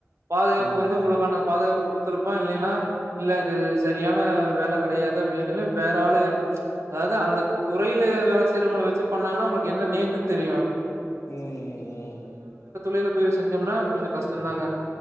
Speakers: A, on the right; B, on the left.
A: பாதுகாப்பு
B: ம்
A: வந்து உங்களுக்கான பாதுகாப்பு குடுத்துருப்பா இல்லின்னா இல்ல இது செரியான வேல கெடையாது அப்டின்னு சொல்லி வேற ஆளுக அதாவது அந்த துறைல வேல செய்யறவங்கள வெச்சு பண்ணாங்கன்னா அவங்களுக்கு என்ன நேக்குன்னு தெரியு
B: ம் ம் ம்
A: துறைல போய் செஞ்சோம்னா கொஞ்சொ கஷ்டந்தாங்க